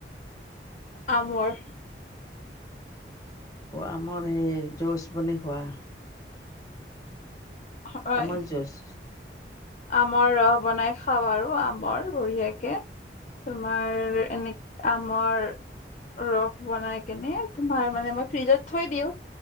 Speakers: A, on the left; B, on the left.
A: আমৰ।
B: আমৰ সেই যুজ বোনাই খোৱা?
A: হয়
B: আমৰ যুজ?
A: আমৰ ৰস বনাই খাওঁ আৰু আমৰ বঢ়িয়াকে, তোমাৰ এনে আমৰ ৰস বনাই কেনে তোমাৰ মানে মই ফ্ৰিজত থৈ দিওঁ।